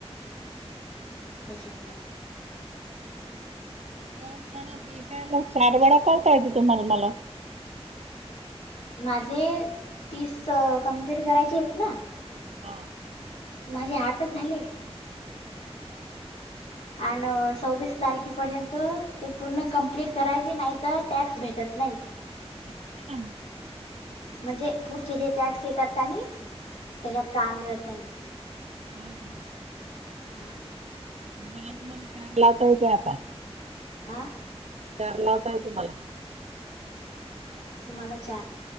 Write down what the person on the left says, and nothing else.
त्याच्यामूळ
हॅलो.
माझे तीस कंम्प्लीट करायचे आहेत ना.
माझे आठच झाले. आणि सव्वीस तारखेपर्यंत ते पूर्ण कंप्लीट करायचे नाहीतर टॅक्स भे टत नाही.
म्हणजे पुढचे जे टॅक्स येतात का नाही त्याच्यात काम मिळत नाही मग.
हा.
हा.
तुम्हाला चार